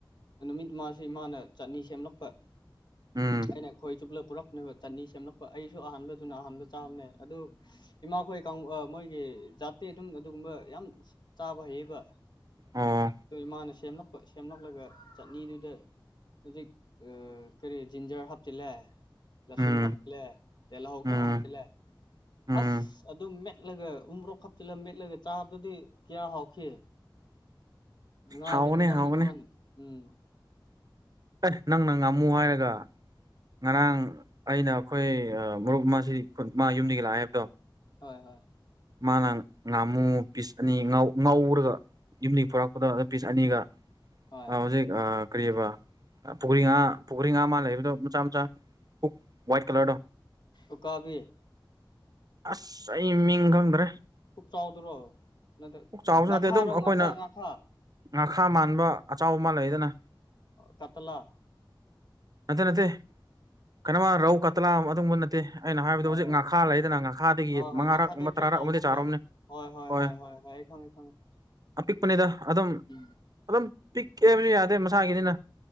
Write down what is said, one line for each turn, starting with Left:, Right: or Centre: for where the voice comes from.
Left: ꯅꯨꯃꯤꯠ ꯃꯥꯁꯤꯦ ꯏꯃꯥꯅ ꯆꯠꯅꯤ ꯁꯦꯝꯂꯛꯄ
Right: ꯎꯝ
Left: ꯑꯩꯅꯦ ꯈꯣꯏ ꯆꯨꯞꯂ ꯄꯨꯔꯛꯅꯦꯕ ꯆꯅꯤ ꯁꯦꯝꯂꯛꯄ ꯑꯩꯁꯨ ꯑꯍꯥꯟꯕꯗꯨꯅ ꯑꯍꯥꯟꯕ ꯆꯥꯝꯃꯦ ꯑꯗꯨ ꯏꯃꯥꯈꯣꯏ ꯃꯣꯏꯒꯤ ꯖꯥꯠꯇꯤ ꯑꯗꯨꯝ ꯑꯗꯨꯒꯨꯝꯕ ꯌꯥꯝ ꯆꯥꯕ ꯍꯩꯕ
Right: ꯑꯣ
Left: ꯑꯗꯨ ꯏꯃꯥꯅ ꯁꯦꯝꯂꯛꯄ ꯁꯦꯝꯂꯛꯂꯒ ꯆꯠꯅꯤꯗꯨꯗ ꯍꯧꯖꯤꯛ ꯀꯔꯤ ꯖꯤꯟꯖꯔ ꯍꯥꯞꯆꯤꯜꯂꯦ ꯔꯁꯨꯟ
Right: ꯎꯝ
Left: ꯍꯥꯞꯄꯤꯦ ꯇꯂ ꯍꯧ ꯈꯔ
Right: ꯎꯝ
Left: ꯍꯥꯞꯄꯤꯦ
Right: ꯎꯝ
Left: ꯑꯁ ꯑꯗꯨꯝ ꯃꯦꯠꯂꯒ ꯎꯕ꯭ꯔꯣꯛ ꯍꯥꯞꯆꯤꯜꯂꯒ ꯃꯦꯠꯂꯒ ꯆꯥꯕꯗꯗꯤ ꯀꯌꯥ ꯍꯥꯎꯈꯤ ꯉꯥꯒꯤ
Right: ꯍꯥꯎꯕꯅꯦ
Left: ꯃꯅꯝꯅ
Right: ꯍꯥꯎꯕꯅꯦ
Left: ꯇꯣꯉꯥꯟꯅ ꯎꯝ
Right: ꯑꯦ ꯅꯪ ꯅꯪ ꯉꯃꯨ ꯍꯥꯏꯔꯒ ꯉꯔꯥꯡ ꯑꯩꯅ ꯑꯩꯈꯣꯏ ꯃꯔꯨꯞꯁꯤ ꯃꯥ ꯌꯨꯝꯗꯒꯤ ꯂꯥꯛꯑꯦ ꯍꯥꯏꯕꯗꯣ
Left: ꯍꯣꯏ ꯍꯣꯏ
Right: ꯃꯥꯅ ꯉꯥꯝꯃꯨ ꯄꯤꯁ ꯑꯅꯤ ꯉ ꯉꯧꯔꯒ ꯌꯨꯝꯗꯒꯤ ꯄꯨꯣꯔꯛꯄꯗ ꯄꯤꯁ ꯑꯅꯤꯒ
Left: ꯍꯣꯏ
Right: ꯍꯧꯖꯤꯛ ꯀꯔꯤꯕ ꯄꯨꯈ꯭ꯔꯤ ꯉꯥ ꯄꯨꯈ꯭ꯔꯤ ꯉꯥ ꯃ ꯂꯩꯕꯗꯣ ꯃꯆꯥ ꯃꯆꯥ ꯄꯨꯛ ꯋꯥꯏꯠ ꯀꯂꯔꯗꯣ
Left: ꯎꯀꯥꯕꯤꯦ
Right: ꯑꯁ ꯑꯩ ꯃꯤꯡꯪꯗ꯭ꯔꯦ
Left: ꯀꯨꯞ ꯆꯥꯎꯗ꯭ꯔꯣ ꯅꯠꯇ꯭ꯔ
Right: ꯆꯥꯎꯕꯁꯨ
Left: ꯉꯥꯈꯥꯔꯣ
Right: ꯅꯠꯇꯦ ꯑꯗꯨꯝ ꯑꯩꯈꯣꯏꯅ
Left: ꯉꯥꯈꯥ ꯉꯥꯈꯥ
Right: ꯉꯥꯈꯥ ꯃꯥꯟꯕ ꯑꯆꯥꯎꯕ ꯃꯥꯜꯂꯗꯅ
Left: ꯀꯇꯂꯥ
Right: ꯅꯠꯇꯦ ꯅꯠꯇꯦ ꯀꯩꯅꯃ ꯔꯧ ꯀꯠꯇꯂꯥ ꯑꯗꯨꯒꯨꯝꯕ ꯅꯠꯇꯦ ꯑꯩꯅ ꯍꯥꯏꯕꯗ
Left: ꯑꯣ
Right: ꯍꯧꯖꯤꯛ ꯉꯥꯈꯥ ꯂꯩꯗꯅ ꯉ ꯊꯥꯗꯒꯤ
Left: ꯍꯣꯏ ꯍꯣꯏ
Right: ꯃꯉꯥꯔꯛꯕ
Left: ꯉꯥꯈꯥꯗꯩ ꯈꯔ
Right: ꯇꯔꯥꯔꯛ
Left: ꯆꯥꯎꯕꯀꯣ
Right: ꯑꯃꯗꯤ ꯆꯥꯔꯣꯝꯅꯤ
Left: ꯍꯣꯏ ꯍꯣꯏ
Right: ꯍ
Left: ꯍꯣꯏ ꯍꯣꯏ ꯍꯣꯏ ꯑꯩ ꯈꯪꯉꯦ ꯈꯪꯉꯦ
Right: ꯑꯄꯤꯛꯄꯅꯤꯗ ꯑꯗꯨꯝ
Left: ꯎꯝ
Right: ꯑꯗꯨꯝ ꯄꯤꯛꯀꯦ ꯍꯥꯏꯕꯁꯨ ꯌꯥꯗꯦ ꯃꯁꯥꯒꯤꯅꯤꯅ